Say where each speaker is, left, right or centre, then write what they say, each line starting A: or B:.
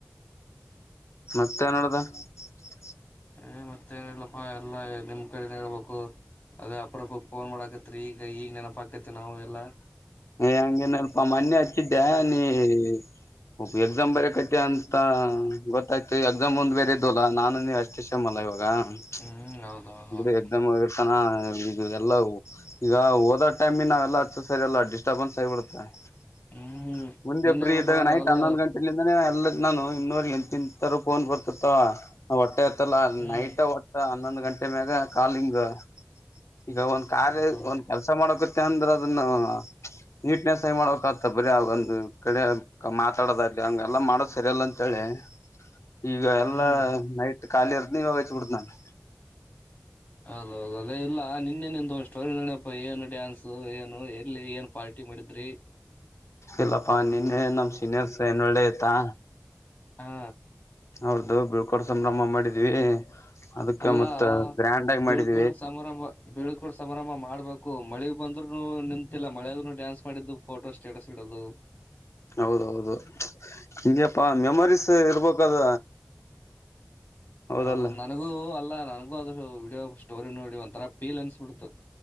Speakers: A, on the left (about 80°); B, on the left (about 55°).
A: ಮತ್ತ ಏನ್ ನಡದ? <unintelligible>
B: ಏ ಮತ್ತ ಏನ್ ಇಲ್ಲ ಪ್ಪಾ ಎಲ್ಲಾ ನಿಮ್ಮ ಕಡೆನ ಹೇಳ್ಬೇಕು. <unintelligible> ಅದೇ ಅಪರಪಕ ಫೋನ್ ಮಾಡಾಕತ್ರಿ ಈಗ ಈಗ ನೆನಪಾಕತಿ ನಾವು ಎಲ್ಲಾ? <unintelligible>
A: ಏ ಹಂಗೇನ ಇಲ್ಲಪಾ ಮನ್ನೆ ಹಚ್ಚಿದ್ದೆ ನೀ <unintelligible> ಒಬ್ಬ ಎಕ್ಸಾಮ್ ಬೇರೆ ಕಟ್ಟ್ಯ ಅಂತ ಗೊತ್ತಾಯ್ತು ಎಕ್ಸಾಮ್ ಮುಂದ ಬೇರೆ ಇದವ ಅಲ್ಲಾ ನಾನು ನೀ ಅಷ್ಟು ಶಮಲ್ಲ ಇವಾಗ? <unintelligible>
B: ಹ್ಮ್ ಹೌದೌದ ಹೌದು
A: ಬರೆ ಎಕ್ಸಾಮ್ ಒಳಗ ಇರ್ತಾನ? <unintelligible> ಈದು ಎಲ್ಲ ಈಗ ಓದೋ ಟೈಮಿನ ಎಲ್ಲ ಹತ್ತು ಸರಿಯ ಎಲ್ಲ ಡಿಸ್ಟರ್ಬನ್ಸ್ ಆಗಿಬಿಡುತ್ತ. <unintelligible>
B: ಹ್ಮ್
A: ಮುಂದೆ
B: ನಿನ್ನೇನಪ್ಪಾ
A: ಪ್ರಿ ಇದ್ದಾಗ ನೈಟ್
B: ಅಲ್ಲ
A: ಹನ್ನೊಂದು ಗಂಟೆಲಿಂದ ಎಲ್ಲ <unintelligible> ನಾನು ಇನ್ನೂರ್ ಯತ್ತಿ ನಂತರ ಫೋನ್ ಬರ್ತಿತ್ತವ ನಾ ಒಟ್ಟ ಎತ್ತಲ್ಲ
B: ಹ್ಮ್
A: ನೈಟ್ ಒಟ್ಟ ಅ <unintelligible> ಹನ್ನೊಂದು ಗಂಟೆ ಮ್ಯಾಗ ಕಾಲಿಂಗ್ ಈಗ ಒಂದ್ ಕಾರ್ಯ
B: ಹೌದೌದು
A: ಒಂದ್ ಕೆಲಸಾ ಮಾಡಕ <unintelligible> ಚಂದ್ರ ಅದನ್ನ <unintelligible> ನೀಟ್ನೆಸ್ ಆಗಿ ಮಾಡ್ ಬೇಕ್ ಆತ ಬರಿ ಆ ಒಂದ್ ಕಡೆ ಮಾತಾಡೋದಾಗಲಿ ಹಂಗ ಎಲ್ಲಾ ಮಾಡೋದ ಸರಿಯಲ್ಲ ಅಂತ <unintelligible> ಹೇಳ್ ಲೇ? <unintelligible> ಈಗ ಎಲ್ಲಾ
B: ಹ್ಮ್
A: ನೈಟ್ ಖಾಲಿರ್ದನ ಇವಾಗ ಚೂಡ್ದ್ ನಾನು
B: ಹೌದೌದು ಅದೇ ಇಲ್ಲ ನಿನ್ನೇನಂತ ಒ ಸ್ಟೋರಿ ನಡ್ಯಪ್ಪ ಏನು ಡ್ಯಾನ್ಸ್ ಏನು ಎಲ್ಲಿ ಏನ್ ಪಾರ್ಟಿ ಮಾಡಿದ್ರೆ
A: ಇಲ್ಲಪ್ಪಾ ನಿನ್ನೆ ನಮ ಸೀನಿಯರ್ಸ್ ಏನ್ ಒಳ್ಳೆ ಆಯ್ತಾ
B: ಹಾ
A: ಹೌದು ಬೀಳ್ಕೋಡ್ ಸಂಭ್ರಮ ಮಾಡಿದ್ವಿ ಅದಕ್ಕೆ
B: ಅಲ್ಲಾ
A: ಮತ್ತ ಗ್ರ್ಯಾಂಡ್ ಆಗಿ ಮಾಡಿದ್ವಿ
B: ಬಳ್ಕೊಂಡ ಸಮಾರಂಭ ಬೀಳ್ಕೊಂಡು ಸಮಾರಂಭ ಮಾಡ್ಬೇಕು ಮಳಿ ಬಂದ್ರುನು ನಿಂತಿಲ್ಲ ಮಳೆಗನು ಡ್ಯಾನ್ಸ್ ಮಾಡಿದ್ದು ಫೋಟೋ ಸ್ಟೇಟಸ್ ಇಡೋದು
A: ಹೌದೌದು ಹಗೆಪಾ ಮೆಮರೀಸ್ ಇರ್ಬೇಕದ ಹೌದಲ್ಲ
B: ಹೌದು ನನಗೂ ಅಲ್ಲಾ ನನಗೂ ಅದ ವಿಡಿಯೋ ಸ್ಟೋರಿ ನೋಡಿ ಒಂತರ ಪೀಲ್ ಅನ್ಸ್ಬಿಡ್ತು